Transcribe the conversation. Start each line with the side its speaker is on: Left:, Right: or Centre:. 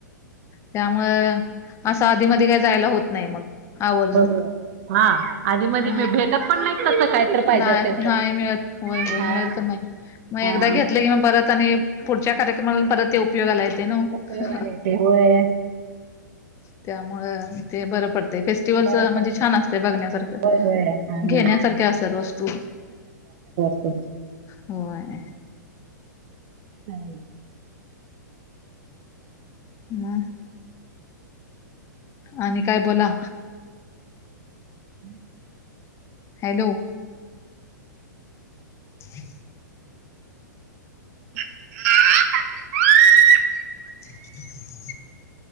Left: त्यामुळें असं अधी मधी कांहीं जायंला होतं नाहीं मंग आवर्जून.
Right: बरोबर हा आधी मधी
Left: मिळतं
Right: मी भेटत पण नाहीत तसं काय तर पाहिजे
Left: नाहीं
Right: असेल तर
Left: नाहीं मिळतं होयं होयं
Right: हा.
Left: मिळतं तरं नाहीं. मंग
Right: हा
Left: एकदां
Right: हा
Left: घेतलें की मंग परंत आणि पुढच्यां कार्यक्रमांला परंत येऊं. उपयोगांला येते नां मंग
Right: उपयोगाला येते होय
Left: त्यामुळं ते बरं पडते फेस्टिवलचं
Right: बरं
Left: म्हणजे
Right: पडतंय.
Left: छान असतं बघण्यांसारखं.
Right: होय होय हा
Left: घेण्यांसांरख्यां असतांत वस्तूं.
Right: हो
Left: होयं
Right: हो
Left: हम्मं आणि कायं बोला
Right: हम्मं
Left: हॅलो हं
Right: हम <unintelligible>
Left: ह <unintelligible>